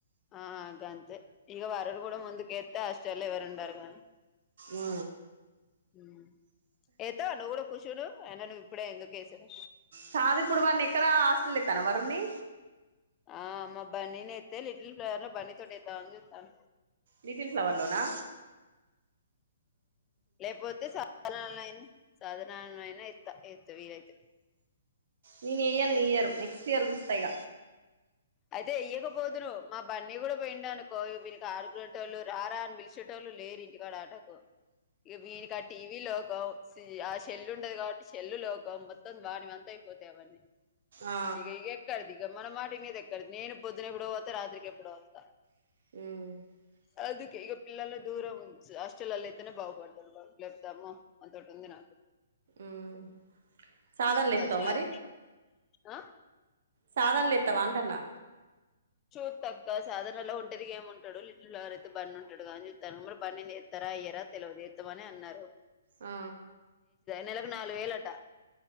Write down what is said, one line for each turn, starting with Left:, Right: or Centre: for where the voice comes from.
Left: ఆ గంతె ఇక వరునుగూడా ముందుకేత్తె ఆస్టల్లో ఎవరుండరుగాని.
Right: ఆ
Left: మ్ ఏత్తవ నువుగుడు కుషుడు అయినా నువిప్పుడే ఎందుకేసావ్
Right: కాదిప్పుడు వాన్నెక్కడా ఆస్టల్లెత్తానా వరుణ్నీ.
Left: ఆ మా బన్నీని ఏత్తే లిటిల్ ఫ్లవర్ లో బన్నీతోటేద్దావని చూత్తాన.
Right: లిటిల్ ఫ్లవర్లోనా.
Left: లేపోతే సాధన లైన సాదనాలోనైనా ఇత్త ఏత్తే వీలైతె.
Right: నీనెయ్యను ఈ ఇయరు, నెక్స్టియర్ జూస్తా ఇగ.
Left: అయితే ఎయ్యకపోదురూ, మా బన్నీగూడ పోయిండనుకో ఇగ వీనితో ఆడుకునేటోళ్లు, రారా అన్ పిలిచేటోల్లు లేరు ఇంటికాడ ఆటకు. ఇక వీనికి ఆ టీవీ లోకం, సీ ఆ షెల్ ఉంటది గావట్టి షెల్ల్ లోకం, మొ త్తం వానివంతైపోతై అవన్ని,
Right: ఆ
Left: ఇక ఇకెక్కడిది, ఇక మన మాటినేదెక్ ఇక్కడ నేను పొద్దునెపుడోవోతే, రాత్రికి ఎప్పుడో వత్తా.
Right: మ్
Left: అందుకే, ఇగొ పిల్లలు దూరం స్ ఆస్టల్లల్లేత్తేనే బాగుబడతదు వాడు, లేపొతే అమ్మో అన్తోటుంది నాకు.
Right: మ్మ్ సాధనలో
Left: ఇగొ
Right: ఎస్తావా
Left: అచ్చినాం ఆ.
Right: సాదన్లేత్తవాంటన్నా.
Left: చూత్తక్కా సాదనలో ఒంటరిగ ఏముంటడు లిటిల్ ఫ్లవర్ అయితే బన్ని ఉంటడుగా అని చూత్తాన మరి బన్నిని ఏత్తార ఎయ్యరా తెలవదు ఎత్తమనే అన్నరు.
Right: ఆ
Left: నెలకు నాలుగు వేలట.